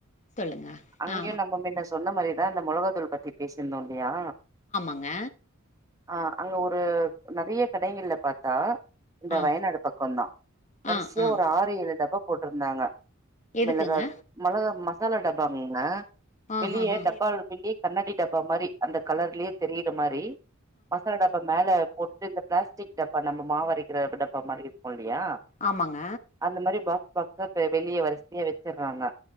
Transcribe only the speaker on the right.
அங்கேய
நம்ம மின்ன சொன்ன மாரிதா அந்த மொளகாதூள் பத்தி பேசியிருந்தோ இல்லையா
ஆ அங்க ஒரு நெறைய கடைங்ள்ல பாத்தா இந்த
வயநாடு பக்கோந்தா வரிசையா
ஒரு ஆறு ஏழு டப்பா போட்ருந்தாங்க
மிளகாத் மிளகா மசாலா டப்பாங்கங்க
வெளிய டப்பா வெளிய கண்ணாடி டப்பா மாரி அந்த கலர்லயே தெரியிற மாரி மசாலா டப்பா மேல போட்டு இந்த பிளாஸ்டிக் டப்பா நம்ம மாவரைக்கற டப்பா மாரி இருக்கு இல்லையா
அந்த மாரி பாக்ஸ் பாக்ஸா பெ வெளிய வரிசையா வச்சுட்றாங்க